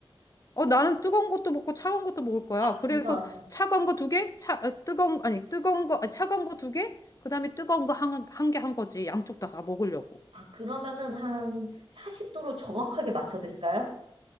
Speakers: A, on the left; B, on the right.
A: 어, 나는 뜨거운 것도 먹고 차가운 것도 먹을 거야.
B: 아
A: 그래서
B: 부정하시다.
A: 차가운 거 두 개, 차, 어, 뜨거운, 아니, 뜨거운 거, 아, 차가운 거 두 개, 그 다음에 뜨거운 거 한, 한 개 한 거지. 양쪽 다, 다 먹으려고.
B: 아 그러면은 한 40도로 정확하게 맞춰 드릴까요?